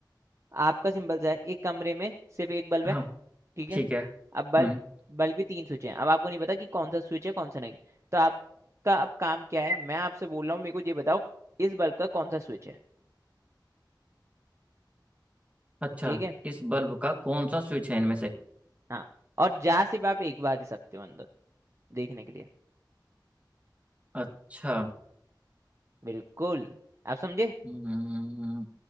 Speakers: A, on the right; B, on the right.
A: आपका सिंपल सा है एक कमरे में सिर्फ एक बल्ब
B: हाँ
A: है ठीक है
B: ठीक है
A: अब बल्ब
B: हम्म
A: बल्ब भी तीन स्विच हैं अब आपको नहीं पता कि कौन सा स्विच है कौन सा नहीं तो आपका अब काम क्या है मैं आपसे बोल रहा हूँ मेरे को ये बताओ इस बल्ब का कौन सा स्विच है
B: अच्छा
A: ठीक है
B: इस बल्ब का कौन सा स्विच है इनमें से
A: हाँ और जा सिर्फ आप एक बार ही सकते हो अंदर देखने के लिए
B: अच्छा
A: बिल्कुल आप समझे
B: हम्म,